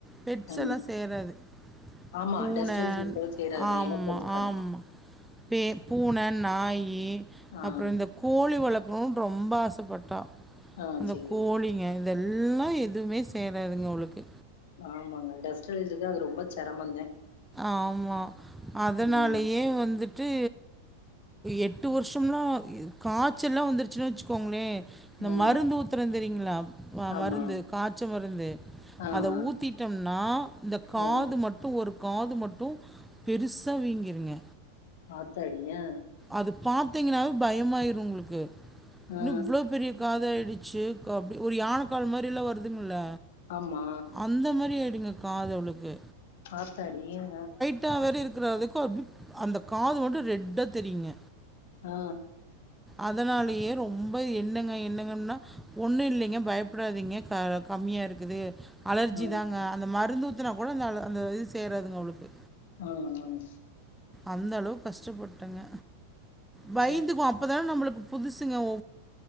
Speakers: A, in the centre; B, on the left.
A: பெட்ஸ்ஸொல்லா
B: ஆ.
A: சேராது
B: ஆமா
A: பூனை
B: டஸ்ட்லர்ஜ்ஜி இருக்கவங்ளுக்கு சேராத்தா
A: ஆமா,
B: எனக்கு ஒத்துக்காது
A: ஆமா. பே பூனை நாயி
B: ஆ,
A: அப்பறோ இந்த கோழி வளக்கணுன் ரொம்ப ஆசைப்பட்டா
B: ஆ
A: அந்த
B: சரி.
A: கோழிங்க இதெல்லா எதுமே சேராதுங்க அவுளுக்கு
B: ஆமாங்க டஸ்ட்லர்ஜி‌ இருக்கா அது ரொம்ப செரமொங்க
A: ஆமா அதனாலயே
B: ம்,
A: வந்துட் டு எட்டு வருஷம்லா காய்சல்லா வந்துருச்சுன்னு வெச்சுக்கோங்களே இந்த
B: ம்.
A: மருந்து ஊத்துற தெரியீங்களா
B: ஆமா.
A: மருந்து காய்ச்ச மருந்து
B: ஆ, ஆ,
A: அத ஊத்திட்டம்னா இந்த காது
B: ஆ.
A: மட்டு ஒரு மட்டு பெருசா வீங்கிருங்க
B: ஆத்தாடி ஏ
A: அது பாத்தீங்ன்னாவே பயமாயிரூ உங்குளுக்கு
B: ஆ.
A: ன்ன இவ்ளோ பெரிய காத ஆயிடுச்சு அப்டி ஒரு யானைக்கால் மாரில்லா வருதுங்கல்ல
B: ஆமா.
A: அந்த மாரி அயிடுங்க காது அவுளுக்கு
B: ஆத்தாடி ஆ
A: குண்டா வேற இருக்கிறதுக்கு அப்டி அந்த காது மட்டு ரெட்டா தெரியுங்க
B: ஆ, ஆ,
A: அதனாலயே ரொம்ப என்னங்க என்னங்கன்னா ஒண்ணு இல்லிங்க பயப்படாதீங்க கம்மியா இருக்குது அலர்ஜி
B: ஆ,
A: தாங்க அந்த மருந்து ஊத்துனா கூட அந்த அந்த இது சேறாதுங்க அவளுக்கு
B: ஆன் ஆன்
A: அந்த அளவு கஷ்டப்பட்டங்க பய்ந்துக்வோ
B: ச்சே!
A: அப் இப்பதா நம்மளுக்கு புதுசுங்க ஓ